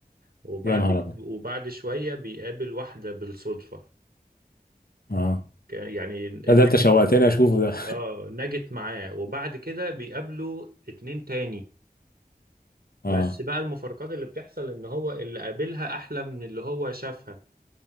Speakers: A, on the right (about 65°); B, on the left (about 70°).
A: وبعد
B: يا نهار ابيض
A: وبعد شويه بيقابل واحده بالصدفه
B: اه
A: كان- يعني نجت
B: لا ده انت شوقتني اشوفه ده
A: اه نجت معاه وبعد كده بيقابلوا اتنين تاني
B: <laughs>
A: بس
B: اه
A: بقى المفارقات اللي بتحصل ان هو اللي قابلها احلى من اللي هو شافها